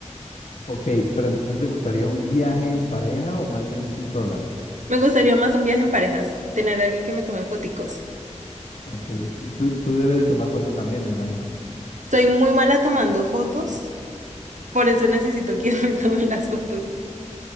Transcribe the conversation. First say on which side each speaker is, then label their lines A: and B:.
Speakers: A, on the left; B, on the right.
A: Ok, pero entonces ¿te gustaría un viaje en pareja o más bien tú sola?
B: Me gustaría más un viaje en parejas, tener a alguien que me tome foticos.
A: Ok, y, y tú, tú eres de tomar fotos también, me imagino.
B: Soy muy mala tomando fotos, por eso necesito <laughs> quien me tome las fotos.